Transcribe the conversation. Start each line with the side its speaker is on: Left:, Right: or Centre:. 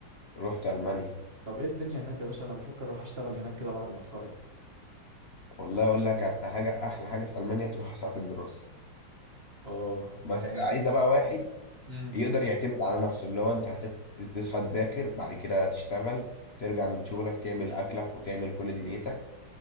Left: رحت المانيا
Right: طب ايه الدنيا هناك يا باشا انا بفكر اروح اشتغل هناك كده بعد ما اتخرج
Left: والله اقول لك على حاجه احلى حاجه في المانيا تروح ساعه الدراسه
Right: اه
Left: بس
Right: يعني
Left: عايزه بقى واحد
Right: امم
Left: يقدر يعتمد على نفسه اللي هو انت هتصحى تذاكر بعد كده تشتغل ترجع من شغلك تعمل اكلك وتعمل كل دنيتك